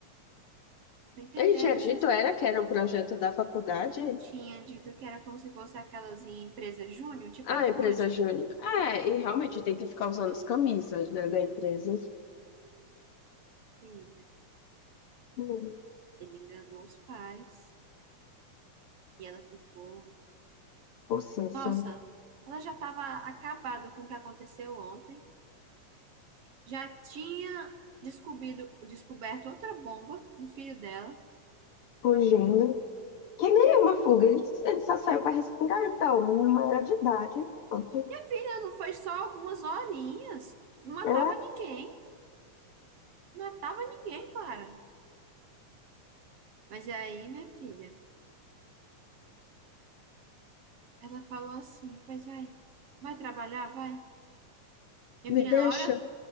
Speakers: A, on the right; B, on the left.
A: Tô entendendo,
B: Ele tinha dito,
A: Jus.
B: era que era um projeto da faculdade?
A: Tinha dito que era como se fosse aquelas em empresa júnior, tipo
B: Ah,
A: a Include.
B: empresa júnior. É, e realmente tem que ficar usando as camisas, né, da empresa.
A: Minha filha,
B: Hum,
A: ele enganou os pais e ela ficou.
B: possessa,
A: Nossa, ela já estava acabada com o que aconteceu ontem. Já tinha descobrido, descoberto outra bomba do filho dela.
B: fugindo. Que nenhuma
A: Minha
B: fuga, ele, ele só saiu para respirar, então, menino maior de idade. Pronto.
A: Minha filha, não foi só algumas horinhas. Não matava
B: É,
A: ninguém. Não matava ninguém, Clara. Mas aí, minha filha, ela falou assim: Pois vai, vai trabalhar, vai. Minha
B: Me
A: filha,
B: deixa
A: na hora.